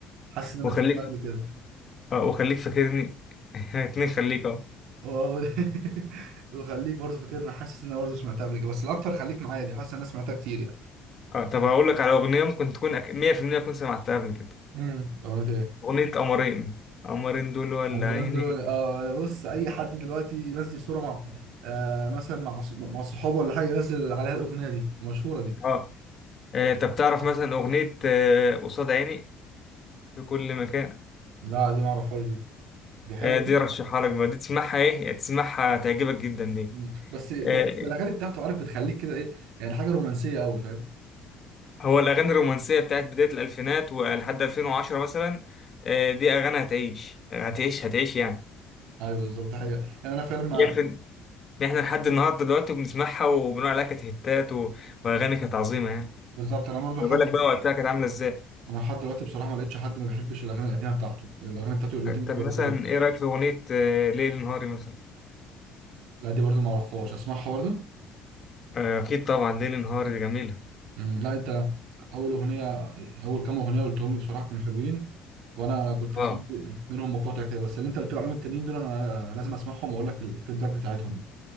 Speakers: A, on the right; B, on the left.
A: حاسس ان انا
B: وخليك
A: سمعتها قبل كده
B: اه وخليك فاكرني <laughs> اتنين خليك اه
A: آه، و- <laughs> وخليك برضه فاكرني حاسس ان انا برضه سمعتها قبل كده بس الاكتر خليك معايا دي حاسس ان انا سمعتها كتير يعني
B: اه طب هقول لك على اغنيه ممكن تكون أك... 100% تكون سمعتها قبل كده
A: امم اغنيه ايه
B: اغنيه قمرين قمرين دول ولا
A: عمران
B: عيني
A: دلوقتي اه أنا بص اي حد دلوقتي ينزل صوره مع آه مثلا مع ص- مع صحابه ولا حاجه ينزل عليها الاغنيه دي المشهوره دي
B: اه آه، طب تعرف مثلا اغنيه آه، قصاد عيني في كل مكان
A: لا دي ما اعرفهاش دي دي حلوه
B: آه، دي
A: دي
B: رشحها لك بقى دي تسمعها ايه يعني تسمعها تعجبك جدا دي
A: مم. بس بس
B: آه،
A: الاغاني بتاعته عارف بتخليك كده ايه يعني حاجه رومانسيه قوي فاهم
B: هو الاغاني الرومانسيه بتاعت بدايه الالفينات ولحد 2010 مثلا آه، دي اغاني هتعيش هتعيش هتعيش يعني
A: ايوه بالظبط حقيقة يعني انا فعلا ما
B: يكفي يعني احنا لحد النهارده دلوقتي بنسمعها وبنقول عليها كانت هيتات و- واغاني كانت عظيمه يعني
A: بالظبط انا برضه
B: ما
A: لحد
B: بالك بقى وقتها كانت عامله ازاي
A: انا لحد دلوقتي بصراحه ما لقيتش حد ما بيحبش الاغاني القديمه بتاعته الاغاني بتاعته القديمه
B: طب
A: كويسه
B: مثلا
A: جدا
B: ايه رايك في اغنيه آه، ليل نهاري مثلا
A: لا دي برضه ما اعرفهاش اسمعها برضه
B: آه، اكيد طبعا ليل نهاري دي جميله
A: مم. لا انت اول اغنيه اول كام اغنيه قلتهم لي بصراحه كانوا حلوين وانا كنت
B: اه
A: سمعت منهم مقاطع كده بس اللي انت قلت لي عليهم التانيين دول انا لازم اسمعهم واقول لك الفيدباك بتاعتهم